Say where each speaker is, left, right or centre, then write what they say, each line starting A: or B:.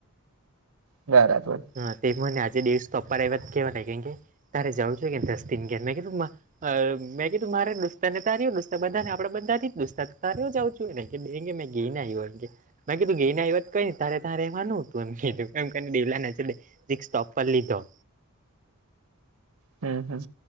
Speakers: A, on the right (about 80°); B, on the right (about 35°).
A: બરાબર.
B: હા તે મને આજે દિવસ તો અપાર એવા જ કહેવાન કેમ કે તારે જવું જોઈ કે દસ દિનગયાર મેં કધું મા અ મેં કીધું મારે દુસ્તારને તરીયું દુસ્તાર બધાને આપડે બધા થી દુસ્તાર તરીયું જાઉં શું ના ને એમ કે બે મેં ગઈ ને આવ્યો એમ કે. મે કીધું ગઈ ને આવ્યા કઈને તારે ત્યાં રહેવાનું હતું એમ કીધું એમ કરી ને દેવલા ને <unintelligible> જીરિક સ્ટોફ લીધો.
A: હમ્મ હામ.